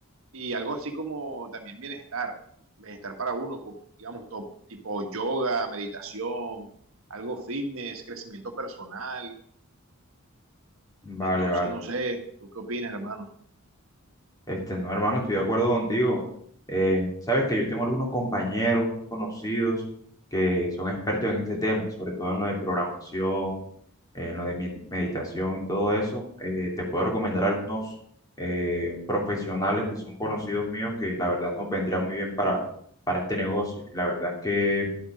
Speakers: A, on the right (about 65°); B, on the left (about 15°).
A: y algo así como también bienestar, bienestar para uno, digamos, top, tipo yoga, meditación, algo fitness, crecimiento personal.
B: vale,
A: Entonces,
B: vale.
A: no sé, ¿tú qué opinas, hermano?
B: Este, no, hermano, estoy de acuerdo contigo. Eh, sabes que yo tengo algunos compañeros, unos conocidos que son expertos en este tema, sobre todo en lo de programación, en lo de med- meditación y todo eso. Eh, te puedo recomendar algunos eh, profesionales que son conocidos míos que la verdad nos vendría muy bien para, para este negocio. Y la verdad es que